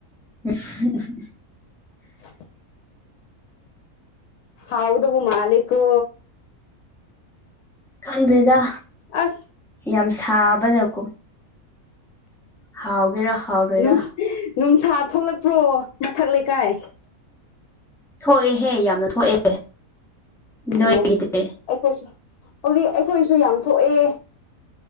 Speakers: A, in the centre; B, on the left.
A: <unintelligible>
B: <unintelligible> ꯍꯥꯎꯒꯗꯧꯕ ꯃꯥꯜꯂꯦꯀꯣ
A: ꯈꯪꯗ꯭ꯔꯦꯗ
B: ꯑꯁ
A: ꯌꯥꯝ ꯁꯥꯕꯗꯀꯣ ꯍꯥꯎꯒꯦꯔꯥ ꯍꯥꯎꯔꯣꯏꯔꯥ
B: ꯅꯨꯡ ꯅꯨꯡꯁꯥ ꯊꯣꯛꯂꯛꯄ꯭ꯔꯣ ꯃꯊꯛ ꯂꯩꯀꯥꯏ
A: ꯊꯣꯛꯑꯦꯍꯦ ꯌꯥꯝꯅ ꯊꯣꯛꯑꯦ ꯅꯣꯏꯒꯤꯗꯤ
B: ꯑꯣ ꯑꯈꯣꯏꯁꯨ ꯍꯩꯖꯤꯛ ꯑꯩꯈꯣꯏꯁꯨ ꯌꯥꯝ ꯊꯣꯛꯑꯦ